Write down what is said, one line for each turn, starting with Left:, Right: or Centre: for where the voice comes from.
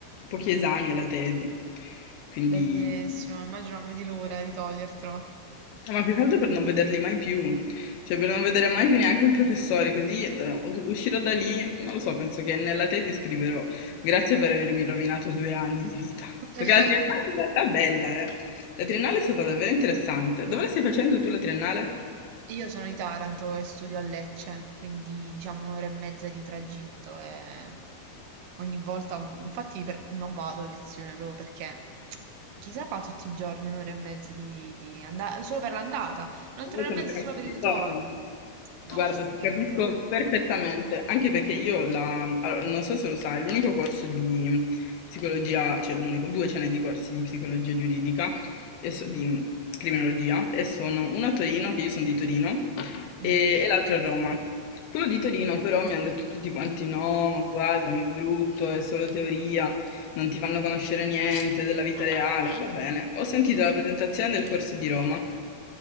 Left: pochi esami alla tesi. Quindi...
Right: Bellissimo, immagino non vedi l'ora di togliertelo.
Left: No, Ma più che altro per non vederli mai più, cioè per non vedere mai più neanche un professore, così eh, u- uscirò da lì, non lo so, penso che nella tesi scriverò grazie per avermi rovinato due anni di vita,
Right: <laughs>
Left: perché la triennale in realtà è bella, eh. La triennale è stata davvero interessante. Dove la stai facendo tu la triennale?
Right: Io sono di Taranto e studio a Lecce, quindi diciamo un'ora e mezza di tragitto e ogni volta, infatti per- non vado a lezione proprio perché chi se la fa tutti i giorni un'ora e mezza di, di andata, solo per l'andata, un'altra ora
Left: quando
Right: e mezza
Left: era
Right: solo per
Left: di
Right: il ritorno.
Left: ritorno.
Right: No,
Left: Guarda,
Right: assolutamente
Left: ti capisco
Right: no.
Left: perfettamente, anche perché io la, allora, non so se lo sai, l'unico corso di psicologia, cioè l'unico, due ce n'è di corsi di psicologia giuridica e so- di criminologia e sono uno a Torino, che io sono di Torino,
Right: Mm.
Left: e, e l'altro a Roma. Quello di Torino però mi hanno detto tutti quanti no, ma guarda, ma è brutto, è solo teoria, non ti fanno conoscere niente della vita reale. Va bene, ho sentito la presentazione del corso di Roma.